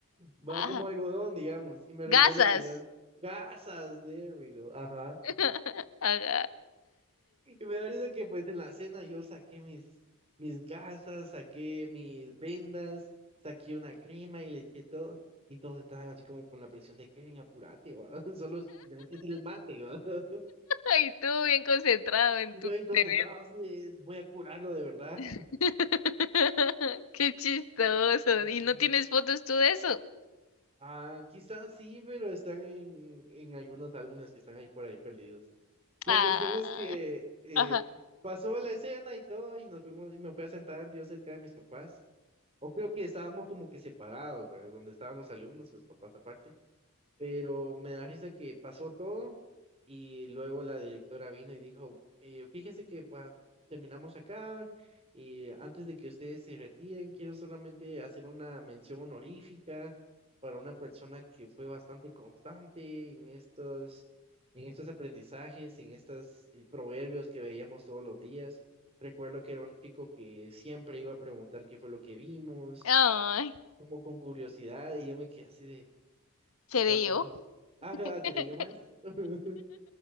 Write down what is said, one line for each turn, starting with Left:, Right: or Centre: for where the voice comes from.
Right: Va
Left: Ajá.
Right: como algodón, digamos. Y me recuerdo
Left: Gasas.
Right: que yo, gasas, there we go, ajá.
Left: <laughs> Ajá.
Right: Y me da risa que pues en la cena yo saqué mis, mis gasas, saqué mis vendas, saqué una crema y le eché todo. Y todos estaban así como con la presión de Kevin, apurate, va. <laughs> Solo es tenés que hacer el mate, va. <laughs>
Left: Ay, tú bien concentrado en
Right: Y
Left: tu
Right: Yo bien concentrado,
Left: tener.
Right: así de, voy a curarlo de verdad.
Left: <laughs>
Right: <clears throat>
Left: Qué chistoso.
Right: <laughs>
Left: ¿Y no tienes fotos tú de eso?
Right: Ah, quizás sí, pero están en, en algunos álbumes que están ahí por ahí perdidos. La
Left: Ah,
Right: cuestión es que eh,
Left: ajá.
Right: pasó la escena y todo, y nos fuimos, y me fui a sentar yo cerca de mis papás. O creo que estábamos como que separados, ¿verdad? Donde estaban los alumnos y los papás aparte. Pero me da risa que pasó todo y luego la directora vino y dijo, eh, fíjense que pues, terminamos acá y antes de que ustedes se retiren, quiero solamente hacer una mención honorífica para una persona que fue bastante constante en estos, en estos aprendizajes, en estos eh, proverbios que veíamos todos los días. Recuerdo que era un chico que siempre iba a preguntar qué fue lo que vimos
Left: Ay,
Right: como con curiosidad y yo me quedé así de
Left: seré
Right: cuando
Left: yo.
Right: dijo,
Left: <laughs>
Right: ah, seré yo maestro. <laughs>